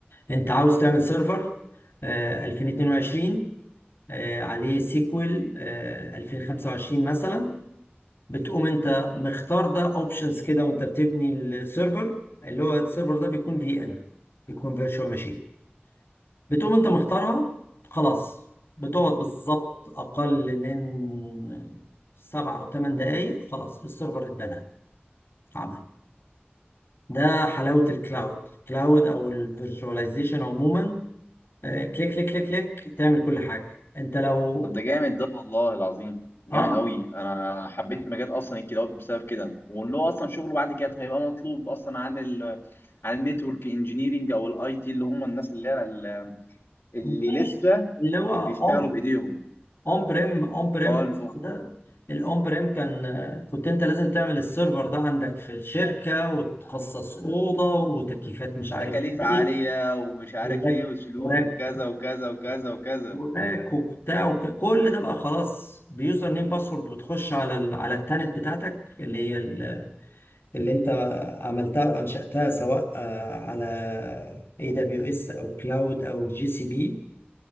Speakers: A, on the left; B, on the left.
A: انت عاوز تعمل سيرفر آه، 2022 آه، عليه سيكوال 2025 مثلا بتقوم انت مختار ده اوبشنز كده وانت بتبني السيرفر اللي هو السيرفر ده بيكون في ام بيكون فيرتشوال ماشين بتقوم انت مختارها خلاص بتقعد بالظبط اقل من سبع او ثمان دقايق خلاص السيرفر اتبنى عمل ده حلاوة الكلاود كلاود او الفيرتشواليزيشن عموما آه، كليك كليك كليك كليك تعمل كل حاجة انت لو
B: طب ده جامد ده والله العظيم جامد
A: اه
B: قوي انا حبيت مجال اصلا الكلاود بسبب كده وان هو اصلا شغله بعد كده طيب هيبقى مطلوب اصلا عن ال عن النتورك انجينيرنج او الاي تي اللي هم الناس اللي هي ال- اللي
A: مفيش
B: لسه
A: اللي هو
B: بيشتغلوا
A: اون
B: بايديهم
A: اون بريم اون بريم
B: اه
A: اصلا
B: ال-
A: ده الاون بريم كان كنت انت لازم تعمل السيرفر ده عندك في الشركه وتخصص اوضه وتكييفات مش عارف
B: تكاليف عالية
A: ايه
B: ومش عارف
A: وراك
B: ايه وسلوك
A: وراك
B: وكذا وكذا وكذا وكذا
A: وراك وبتاع وك- كل ده بقى خلاص بيوزر نيم باسورد بتخش على ال... على التانت بتاعتك اللي هي ال... اللي انت عملتها وانشاتها سواء آه، على اي دبليو اس او كلاود او الجي سي بي